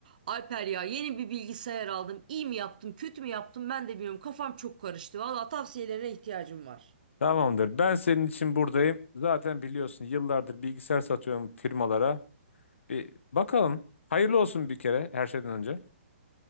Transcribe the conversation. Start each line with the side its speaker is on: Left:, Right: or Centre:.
Right: Alper ya yeni bir bilgisayar aldım. İyi mi yaptım, kötü mü yaptım ben de bilmiyorum. Kafam çok karıştı. Valla tavsiyelerine ihtiyacım var.
Left: Tamamdır. Ben senin için buradayım. Zaten biliyorsun yıllardır bilgisayar satıyorum firmalara. Bir bakalım. Hayırlı olsun bir kere her şeyden önce.